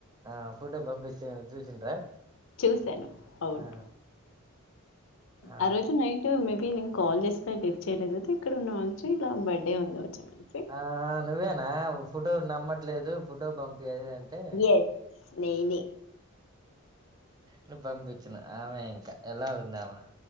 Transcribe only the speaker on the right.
ఆ ఫోటో పంపించేన చూసిండ్రా
ఆ ఆమె
ఆ నువ్వేనా ఫోటో నమ్మట్లేదు ఫోటో పంపియి అదిదని తె
ను పంపిచ్చిన ఆమె ఇంకా ఎలా ఉందావా